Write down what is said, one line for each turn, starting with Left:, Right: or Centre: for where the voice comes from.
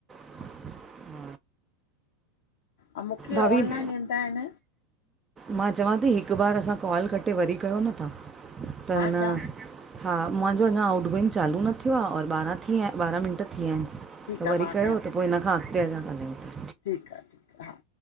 Right: घट -- <unintelligible>
Left: अउ मुखे
Right: भाभी
Left: ऑनलाइन ईंदा आहिन।
Right: मां चवां ती, हिकु बार असां कॉल कटे वरी कयो न तहां, त
Left: मां
Right: न-
Left: कयां,
Right: - हा मांजो अञां आउट गोइंग चालू न थियो आ, और ॿारहां थी विया ॿारहां मिनंट थी विया हिन। त
Left: ठीकु आ
Right: वरी
Left: मां
Right: कयो त पो हिन खां अॻिते अंञां ॻाल्हायूं ता।
Left: ठीक आ, ठीक आ हा।